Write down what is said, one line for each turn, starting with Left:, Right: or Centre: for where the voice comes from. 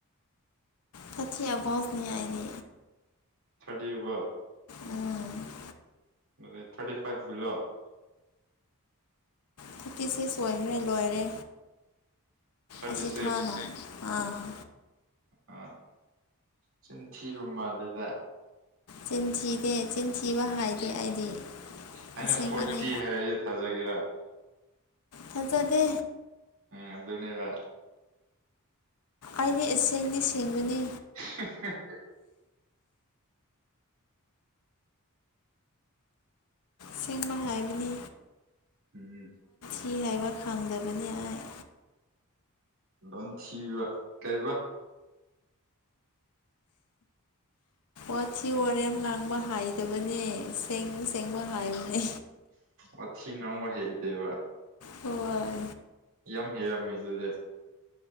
Left: ꯀꯊꯤ ꯑ ꯥꯎꯁꯅꯤꯌꯥ ꯑꯔꯤ
Right: ꯇꯗꯤꯕ
Left: ꯎꯝ
Right: ꯃ thirty five below
Left: thirty six ꯑꯣꯏꯈ꯭ꯔꯦ ꯂꯣꯏꯔꯦ
Right: ꯊꯥꯔꯇꯤ
Left: ꯑꯁꯤ
Right: ꯁꯤꯛꯁ
Left: ꯊꯥꯅ ꯑꯥ
Right: ꯑ ꯁꯤꯅ ꯊꯤꯔꯨ ꯃꯥꯜꯂꯦꯗ
Left: ꯆꯁꯤꯗꯦ ꯆꯤꯟ ꯊꯤꯕ ꯍꯥꯏꯗꯤ ꯑꯩꯗꯤ
Right: ꯑꯩꯅ
Left: ꯑꯁꯦꯡꯕꯅꯤ
Right: ꯐꯣꯔꯇꯤ ꯍꯥꯏꯔꯗꯤ <inaudible>
Left: ꯊꯆꯗꯦ
Right: ꯎꯝ ꯑꯗꯨꯗꯨ ꯂꯩꯕ
Left: ꯑꯩꯗꯤ ꯑꯁꯦꯡꯗꯤ ꯁꯦꯡꯕꯅꯤ
Right: <inaudible>
Left: ꯁꯦꯝꯦꯡꯕ ꯍꯥꯏꯕꯅꯤ
Right: ꯎꯝ
Left: ꯀꯤ ꯍꯥꯏꯕ ꯈꯪꯗꯕꯅꯤ ꯑꯩ
Right: ꯂꯝ ꯊꯤꯕ ꯀꯩꯕ
Left: ꯑꯣꯊꯤ ꯋꯥꯔꯦꯝ ꯉꯥꯡꯕ ꯍꯥꯏꯗꯕꯅꯦ ꯁꯦꯡ ꯁꯦꯡꯕ ꯍꯥꯏꯕꯅꯦ
Right: ꯑꯣꯊꯤ ꯉꯥꯡꯕ ꯍꯩꯇꯦꯕ
Left: ꯍꯣꯏ
Right: ꯌꯥꯝ ꯍꯦ ꯌꯥꯝꯩꯗꯨꯗꯦ